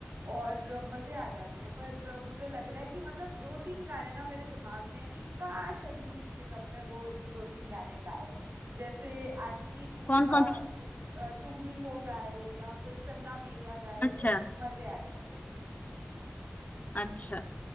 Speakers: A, on the right; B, on the left.
A: और मज़े आ जाते हैं पर मुझे लग रहा है कि मतलब दो तीन गाने ना मेरे दिमाग में है कि काश अरिजीत सिंह अपने वो दो तीन गाने गाए जैसे आशिकी टू
B: कौन
A: का
B: कौन सा
A: तु, अ, तुम ही हो गाए या फिर चन्ना मेरेया गाए
B: अच्छा
A: तो मज़े आ जाएंगे
B: अच्छा